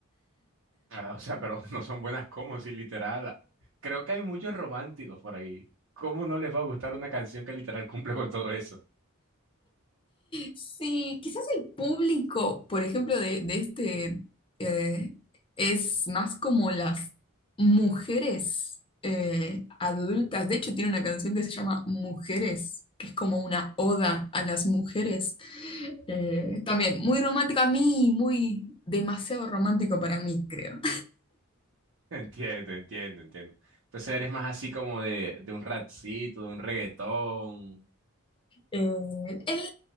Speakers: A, on the right (about 65°); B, on the left (about 25°).
A: Ah, o sea, pero <laughs> no son buenas como si literal. Creo que hay muchos románticos por ahí. ¿Cómo no les va a gustar una canción que literal cumple con todo eso?
B: Sí, quizás el público, por ejemplo, de, de este eh, es más como las mujeres eh, adultas. De hecho, tiene una canción que se llama Mujeres, que es como una oda a las mujeres. Eh, también muy romántico a mí, muy demasiado romántico para mí, creo.
A: <laughs> Entiendo, entiendo, entiendo. Entonces eres más así como de, de un rapcito, de un reggaetón.
B: Eh, el,